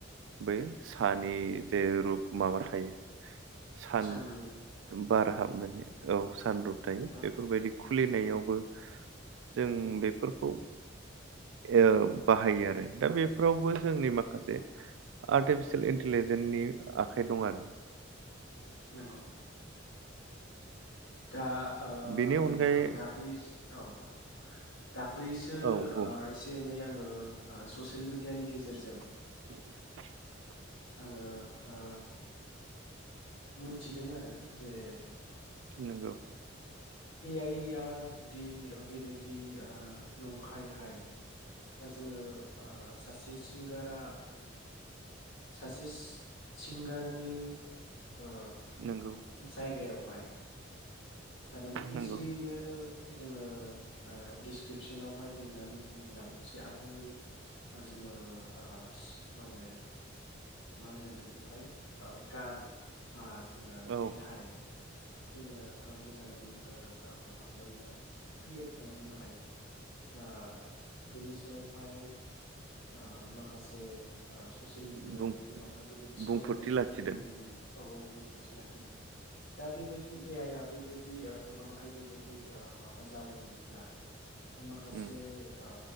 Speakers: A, on the right; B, on the left.
A: बै सानि जे रुप माबा थायो सान
B: सानरुप
A: बार हाबनानै औ सान रुप थायो
B: औ
A: बेफोरबायदि खुलिनायावबो जों बेफोरखौ ओ बाहायो आरो दा बेफोरावबो जोंनि माखासे आर्टिफिसिल इन्टेलेजेननि आखाइ दं आरो
B: नंगौ दा ओ
A: बेनि अनगायै
B: नोंथां दाख्लैस औ औ दाख्लैसो
A: औ बुं
B: ओ एसे एनै आङो ओ ससियेल मिडियानि गेजेरजों
A: <inaudible>
B: आङो ओ मोनथिदों आरो जे
A: नंगौ
B: ए आइ आइआ दि बेबायदि नंखायहाय दा जोङो ओ सासे सिंगारा सासे सिस सिंगारनि ओ
A: नंगौ
B: जायगायावहाय थारमाने इजियैनो
A: नंगौ
B: जोङो ओ डिसक्रिपसनावहाय लिरनानै होयोब्ला मोनसे आबुङै जोङो ओस माने मा होनगोन बेखौहाय ओ गान बा जोङो
A: औ
B: मेथाइ जोङो ओ मोजाङै जोङो ओ माबा खालामनो हायो क्रियेट खालामनो हायो। ओ बेनि सायावहाय ओ माखासे ओ ससियेल मिडियाआवहाय
A: बुं
B: गोबांहाय बेबायदि सावरायलायनायखौ
A: बुंफोरथि लाखिदों
B: जों नुनो मोनदों। औ औ रोंगौथि लाखिदों दा बेबायदि ए आइआ बेबायदि गोबांहाय बेबायदि ओ माबा जाबाय थायोब्ला दा माखासे
A: उम
B: ओ